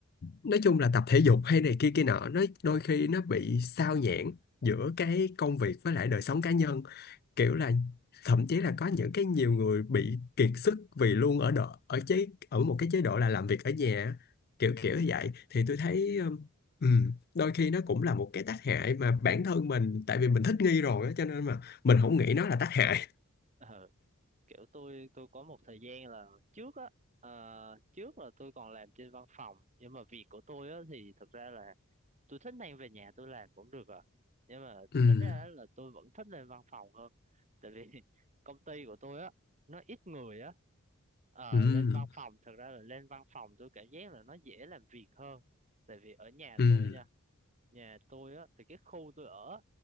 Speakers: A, on the left; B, on the right.
A: nói chung là tập thể dục hay này kia kia nọ nó đôi khi nó bị sao nhãng giữa cái công việc với lại đời sống cá nhân kiểu là thậm chí là có những cái nhiều người bị kiệt sức vì luôn ở độ ở chế ở một cái chế độ là làm việc ở nhà kiểu kiểu như vậy thì tôi thấy um, ừm, đôi khi nó cũng là một cái tác hại mà bản thân mình tại vì mình thích nghi rồi á cho nên mà mình không nghĩ nó là tác hại
B: ừ. kiểu tôi tôi có một thời gian là trước á ờ, trước là tôi còn làm trên văn phòng nhưng mà việc của tôi á thì thật ra là tôi thích mang về nhà tôi làm cũng được à nhưng mà
A: ừm
B: tính ra á là tôi vẫn thích lên văn phòng hơn tại vì <laughs> công ty của tôi á nó ít người á Ờ,
A: ừm
B: lên văn phòng thật ra là lên văn phòng tôi cảm giác là nó dễ làm việc hơn tại vì ở nhà
A: ừm
B: tôi nhà tôi á thì cái khu tôi ở á,